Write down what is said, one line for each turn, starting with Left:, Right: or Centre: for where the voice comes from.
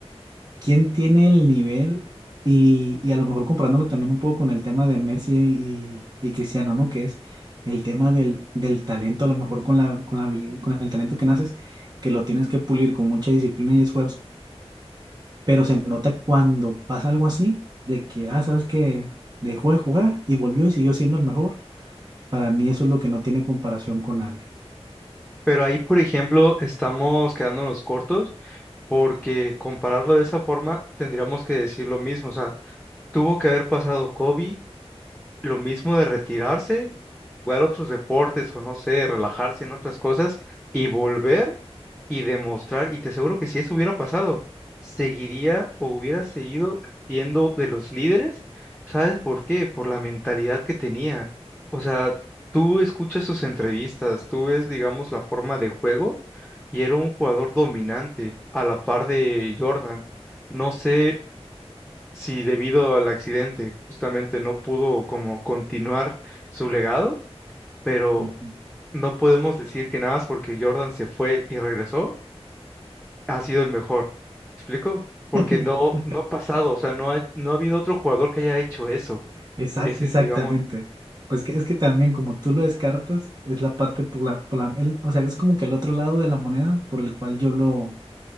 Right: quién tiene el nivel? Y, y a lo mejor comparándolo también un poco con el tema de Messi y, y Cristiano, ¿no? Que es el tema del, del talento, a lo mejor con la, con la, habil- con el talento que naces, que lo tienes que pulir con mucha disciplina y esfuerzo pero se nota cuando pasa algo así, de que, ah, sabes que dejó de jugar y volvió y siguió siendo el mejor. Para mí eso es lo que no tiene comparación con nadie.
Centre: Pero ahí, por ejemplo, estamos quedándonos cortos porque compararlo de esa forma tendríamos que decir lo mismo. O sea, tuvo que haber pasado Kobe, lo mismo de retirarse, jugar otros deportes o no sé, relajarse en otras cosas y volver y demostrar, y te aseguro que si eso hubiera pasado, seguiría o hubiera seguido siendo de los líderes, ¿sabes por qué? Por la mentalidad que tenía. O sea, tú escuchas sus entrevistas, tú ves, digamos, la forma de juego y era un jugador dominante a la par de Jordan. No sé si debido al accidente justamente no pudo como continuar su legado, pero
Right: Ujú.
Centre: no podemos decir que nada más porque Jordan se fue y regresó ha sido el mejor. ¿Me explico? Porque
Right: <laughs>
Centre: no, no ha pasado, o sea, no ha, no ha habido otro jugador que haya hecho eso.
Right: Exac-
Centre: Ese
Right: exactamente.
Centre: es, digamos,
Right: Pues que, es que también como tú lo descartas, es la parte por la, por la- el- o sea, es como que el otro lado de la moneda por el cual yo lo,